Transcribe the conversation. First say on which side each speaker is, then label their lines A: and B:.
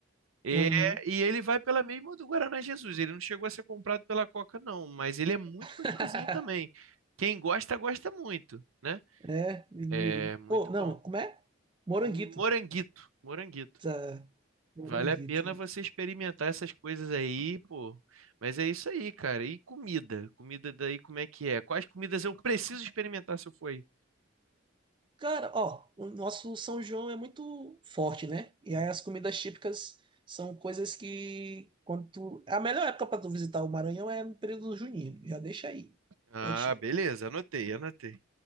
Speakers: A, on the right; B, on the right.
A: É,
B: Aham.
A: e ele vai pela mesma do Guaraná Jesus. Ele não chegou a ser comprado pela Coca, não, mas ele é muito
B: <laughs>
A: gostosinho também. Quem gosta, gosta muito, né?
B: É, Mineirinho.
A: É muito
B: Oh, não,
A: bom.
B: como é? Moranguito.
A: Moranguito, moranguito.
B: Tá. Moranguito.
A: Vale a pena você experimentar essas coisas aí, pô. Mas é isso aí, cara. E comida? Comida daí, como é que é? Quais comidas eu preciso experimentar se eu for aí?
B: Cara, ó, o nosso São João é muito forte, né? E aí as comidas típicas são coisas que quando tu... A melhor época pra tu visitar o Maranhão é no período junino. Já deixa aí.
A: Ah,
B: pra ti.
A: beleza, anotei, anotei.